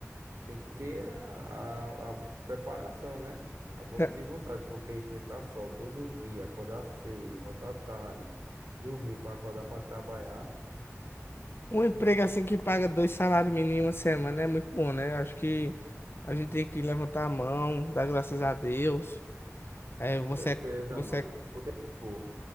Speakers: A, on the right; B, on the left.
A: tem que ter a, a preparação, né? A força
B: Tá.
A: de vontade, porque enfrentar sol todo dia, acordar cedo, voltar tarde, dormir pra acordar pra trabalhar.
B: Um emprego assim que paga dois salários mínimos em uma semana é muito bom, né? Acho que a gente tem que levantar a mão, dar graças a Deus. É,
A: Com
B: você,
A: certeza,
B: é, você
A: mano.
B: é
A: Porque, tipo,